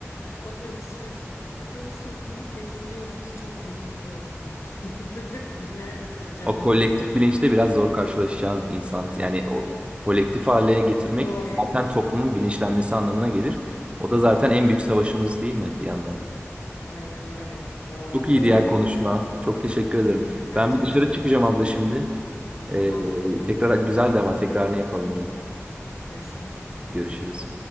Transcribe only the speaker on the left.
otobüs şoförü. Otobüs şoförü bile istiyorum ki çok zehir gibi olsun. <laughs> Nerede duracağını
bilsin.
Zor.
Aynen öyle. Valla
öyle
ayol.
Bence
de çok
güzel.
Tamam.
Görüşürüz.